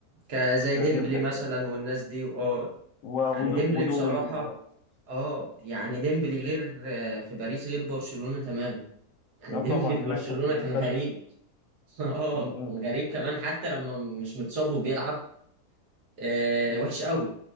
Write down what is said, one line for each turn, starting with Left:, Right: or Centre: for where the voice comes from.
Right: كزي
Left: بس
Right: ديمبلي
Left: دي الفكرة
Right: مثلا والناس دي اه
Left: وغدو-
Right: يعني ديمبلي
Left: وضوي
Right: بصراحة
Left: و
Right: اه يعني ديمبلي غير آه، في باريس غير برشلونة تماما يعني
Left: لا
Right: ديمبلي
Left: طبعا
Right: في برشلونة
Left: هناك كان في المستشفى
Right: كان غريب <laughs> اه
Left: م-
Right: كان
Left: م-
Right: غريب كمان حتى لما مش متصاب وبيلعب آه
Left: م.
Right: وحش قوي